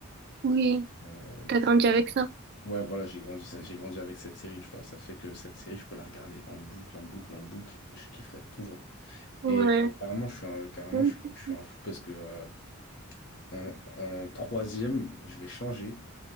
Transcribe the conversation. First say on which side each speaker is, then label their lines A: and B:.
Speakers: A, on the right; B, on the left.
A: Oui.
B: Euh,
A: T'as
B: du
A: grandi
B: coup,
A: avec ça?
B: ouais, voilà, j'ai grandi, ça- j'ai grandi avec cette série, tu vois. Ça fait que cette série, je peux la regarder en boucle, en boucle, en boucle. Je kifferais toujours.
A: Ouais.
B: Et euh, carrément, je suis un, carrément,
A: Ok.
B: je, suis je suis un fou parce que euh, en, en troisième, je vais changer.